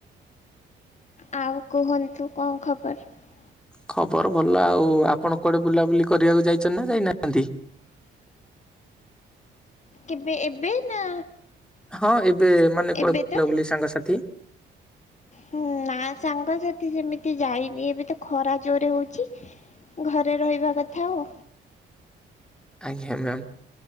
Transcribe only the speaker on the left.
ଆଉ କୁହନ୍ତୁ କଣ ଖବର? ପର
କେବେ ଏବେ ନା?
ଏବେ
ତ?
ହୁଁ ନା ସାଙ୍ଗସାଥି ସେମିତି ଯାଇନି ଏବେ ତ ଖରା ଜୋରେ ହଉଛି ଘରେ ରହିବା କଥା ଆଉ।